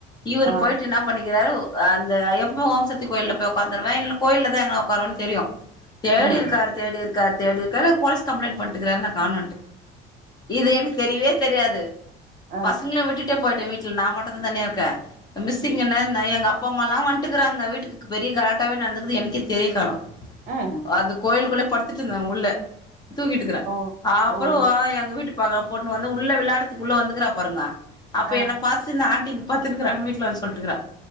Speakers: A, on the left (about 20°); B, on the right (about 50°).
A: இவர்ரு
B: ஆ
A: போயிட்டு என்ன பண்ணிருக்கிறாரு அந்த எப்போ ஓம்சக்தி கோயில்ல போய் ஒக்காந்துருவே இல்ல கோயில தா எங்க உக்காருவன்னு தெரியு தேடி
B: ம்
A: இருக்காரு தேடிருக்காரு தேடிருக்காரு போலீஸ் கம்ப்ளைணட் பண்ட்டுக்கறாரு நா காணட்டு இது எனக்கு தெரியவே தெரியாது
B: ஆ
A: பசங்கள விட்டுட்டு போயிட்ட வீட்ல நா மட்டுந்தா தனியா இருக்க மிஸ்ங்ன எங்க அப்பா அம்மா ல்லா வன்ட்டுக்கிறாங்க வீட்டுக்கு பெரிய கலாட்டாவே நடந்துக்குது எனக்கே தெரிய கானோ
B: ம்
A: அந்த கோயிலுக்குள்ளயே படுத்துட்டு இருந்தே உள்ள தூக்கிட்டுக்கறே
B: ஓ
A: அப்புரோ
B: ஓஹோ
A: எங்க வீட்டு பாகோ பொண்ணு வந்து உள்ள வெளையாடத்துக்குள்ள வந்துக்கிறா பாருங்க அப்ப
B: ஆ
A: என்ன பாசு இந்த ஆண்டி இங்க பத்துருக்காங்க வீட்ல வந்து சொல்லிட்டுருக்கறா